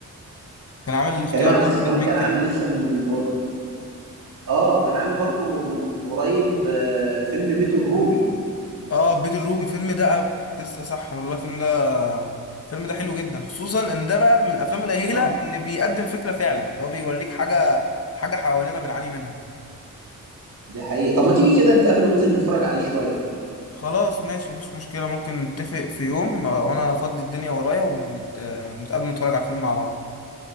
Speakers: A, on the left (about 50°); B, on the right (about 85°).
A: كان عامل الاختيار
B: كريم عبد
A: مع
B: العزيز
A: احمد
B: كمان
A: مكي
B: كان عامل
A: يعني
B: لسه من اه كان عامل برضه من قريب آه، فيلم بيت الروبي
A: اه بيت الروبي الفيلم ده لسه صح والله الفيلم ده الفيلم ده حلو جدا خصوصا ان ده بقى من الافلام القليله
B: اه
A: اللي بيقدم فكره فعلا اللي هو بيوريك حاجه حاجه حوالينا بنعاني منها
B: دي حقيقه طب ما تيجي كده نتقابل وننزل نتفرج عليه شويه
A: خلاص ماشي مفيش مشكله ممكن نتفق في يوم آه، وانا افضي الدنيا ورايا ونت- آه، ونتقابل نتفرج على الفيلم مع بعض